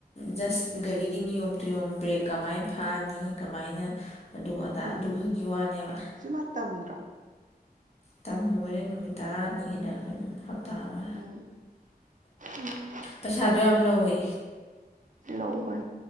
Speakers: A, on the left; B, on the right.
A: ꯖꯁ ꯒꯥꯔꯤꯒꯤ ꯅꯤꯌꯣꯝ ꯆꯨꯌꯣꯝ ꯕ꯭ꯔꯦꯛ ꯀꯃꯥꯏꯅ ꯐꯥꯅꯤ ꯀꯃꯥꯏꯅ ꯑꯗꯨ ꯑꯗꯥ
B: ꯎꯝ
A: ꯑꯗꯨꯈꯛꯒꯤ ꯋꯥꯅꯦꯕ
B: ꯁꯤ ꯃꯥ ꯇꯝꯗ꯭ꯔꯣ
A: ꯇꯝꯃꯨꯕꯅꯦꯔ ꯅꯨꯃꯤꯠ ꯇꯥꯅꯤꯒꯤꯔ ꯍꯞꯇꯥ ꯑꯃ
B: ꯎꯝ ꯎꯝ
A: ꯄꯩꯁꯥꯗꯣ ꯌꯥꯝ ꯂꯧꯏ
B: ꯂꯧꯕꯅꯦ